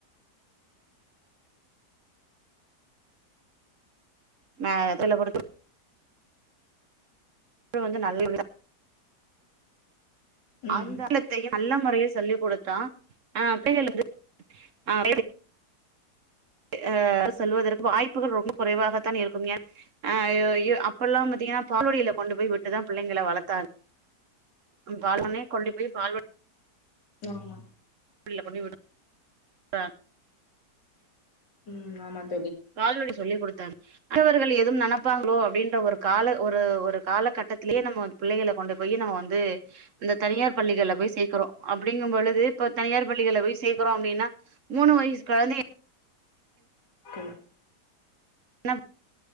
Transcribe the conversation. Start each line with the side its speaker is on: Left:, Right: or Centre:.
Right: மேதுளெ பொருத்து <unintelligible> வந்து நல்ல <unintelligible> விதா
Left: ம்
Right: அந்தெ நல்ல முறையில் சொல்லி குடுத்தா ஆ அப்டேள்ளுந்து ஆ ஆ சொல்வதற்கு வாய்ப்புகள் ரொம்போ குறைவாகத்தான் இருக்கும் ஏன் ஆய்யோயோ அப்பல்லா பாத்தீங்கினா பால்வடிலெ கொண்டு போய் விட்டுதா புள்ளிங்களெ வளத்தாங் பால்வன்னே கொண்டி போய் பால்வ
Left: ஆமா
Right: <unintelligible> கொண்டி விடுறாங்கெ
Left: ம் ஆமான்
Right: பால்வாடி சொல்லி குடுத்தாங் அடுத்தவர்கள் எதும் நெனப்பாங்ளோ அப்டின்ற ஒரு கால ஒரு ஒரு காலகட்டத்திலேயே நம்மோ புள்ளெகளெ கொண்டு போய் நமொ வந்தூ இந்த தனியார் பள்ளிகள்லெ போய் சேக்குறோ அப்டிங்கும் பொழுது இப்பொ தனியார் பள்ளிகள்ள போய் சேக்கொறோ அப்டினா மூணு வயிஸ் கொழந்தெயெ
Left: க
Right: என்னப்